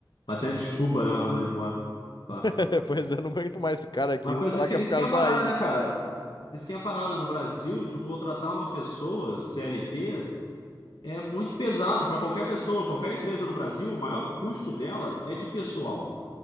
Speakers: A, on the left; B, on the left.
A: Até desculpa, né, mano, ir embora. Pá.
B: <laughs> Pois eu não aguento mais esse cara aqui.
A: Mas
B: Vou
A: pensa,
B: falar
A: isso
B: que
A: isso
B: é por causa
A: que é a
B: da
A: parada,
B: AI.
A: né, cara? Isso que é a parada. No Brasil, tu contratar uma pessoa CLT é muito pesado pra qualquer pessoa, qualquer empresa no Brasil, o maior custo dela é de pessoal.